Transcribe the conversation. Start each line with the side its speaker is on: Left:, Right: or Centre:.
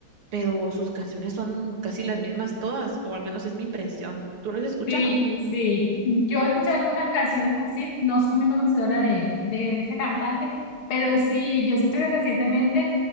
Right: pero sus canciones son casi las mismas todas, o al menos es mi impresión. ¿Tú lo has escuchado?
Left: Sí, sí, yo he escuchado algunas canciones así, no soy muy conocedora de, de ese cantante, pero sí, yo siento que recientemente